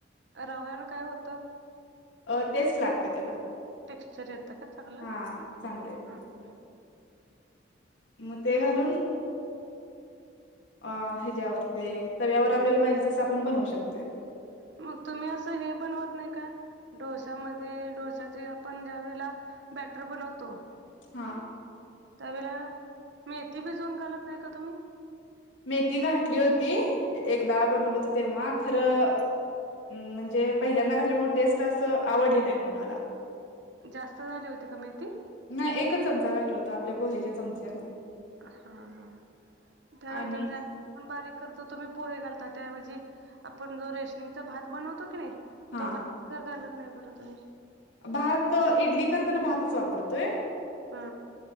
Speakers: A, on the right; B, on the left.
A: रवयण काय होतं.
B: अ टेस्ट लागते त्याला
A: टेक्स्चर येतं का चांगलं
B: हा चांगलं येते
A: ह.
B: मग ते घालून अ ह्याच्यावर ते तव्यावर आपल्याला पाहिजे तसं आपण बनवू शकतोय.
A: मग तुम्ही असं हे बनवत नाही का? डोसामध्ये डोश्याचे आपण ज्या वेळेला बॅटर बनवतो.
B: हा.
A: त्यावेेळे मी येथे बिचवून घालत नाही का तुम्ही
B: मेथी घाठली होती एकदा बनवलं होत तेव्हा खरं म्हणजे पहिल्यांदा घातल्यामु टेस्ट असं आवडली नाही कुणाला?
A: जास्त झाली होती का मेती
B: नाही एकच चमचा घाठला होता आपल्या पोहे्याच्या चमचान
A: हा हा त्यानंतर
B: आणि
A: आपण बारीक करतो तुम्ही पोहे घाता त्याऐवजी आपण जो रेशमिचा भात बनवतो की नाही.
B: हा
A: तो बा का घालत नाही बरं तुम्ही?
B: भात इडली करताना भातच वापरतोय.
A: हा